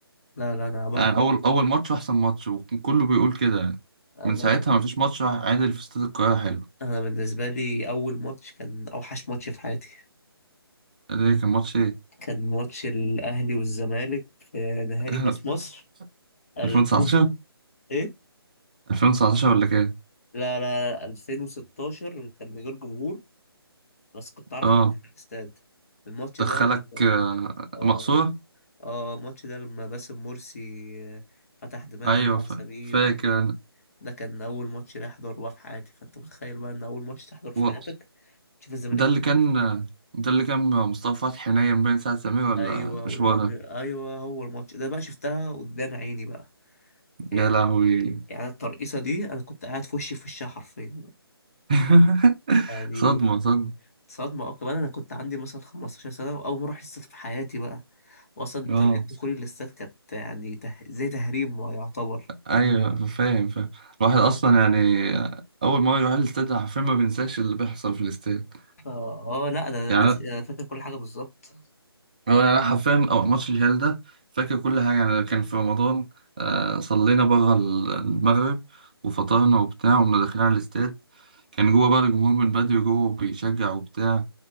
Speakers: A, on the left; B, on the right.
A: لا لا أنا بح...
B: يعني اول اول ماتش واحسن ماتش وكان كله بيقول كده يعني
A: أنا
B: من ساعتها ما فيش ماتش واحد عادل في استاد القاهره حلو
A: أنا بالنسبة لي أول ماتش كان أوحش ماتش في حياتي
B: ده كان ماتش ايه
A: كان ماتش الأهلي والزمالك في نهائي
B: <laughs>
A: كأس مصر 2000
B: 2019
A: إيه؟
B: 2019 ولا كام
A: لا لا لا 2016 كان من غير جمهور بس كنت اعرف
B: اه
A: حد في الاستاد الماتش
B: دخلك
A: ده لما
B: آه،
A: اه
B: مقصورة
A: اه الماتش ده لما باسم مرسي آه، فتح دماغ
B: أيوة
A: سعد
B: فا-
A: سمير
B: فاكر أنا.
A: ده كان اول ماتش لي احضره بقى في حياتي فانت متخيل بقى ان اول ماتش تحضره في
B: و-
A: حياتك تشوف الزمالك
B: ده اللي
A: بيكسب.
B: كان ده اللي كان مصطفى فتحي نايم بين ساعة سمير ولا
A: ايوه
B: مش
A: ورامي
B: هو ده
A: ايوه هو الماتش ده بقى شفتها قدام عيني بقى يعني
B: يا لهوي
A: يعني الترقيصه دي انا كنت قاعد في وشي في وشها حرفيا
B: <laughs>
A: يعني
B: صدمة صدمة
A: صدمه اه كمان انا كنت عندي مثلا 15 سنه واول مره احس في حياتي بقى واصلا
B: اه
A: طريقه دخولي للاستاد كانت يعني ته... زي تهريب ما يعتبر
B: ايوه فاهم فاهم الواحد اصلا يعني اول ما يروح الاستاد حرفيا ما بينساش اللي بيحصل في الاستاد
A: اه آه، لا ده
B: يعني
A: الناس انا فاكر كل حاجه بالظبط
B: هو يعني انا حرفيا او ماتش الهلال ده فاكر كل حاجه يعني كان في رمضان آه صلينا بره ال- المغرب وفطرنا وبتاع وكنا داخلين على الاستاد كان جوه بقى الجمهور من بدري جوه بيشجع وبتاع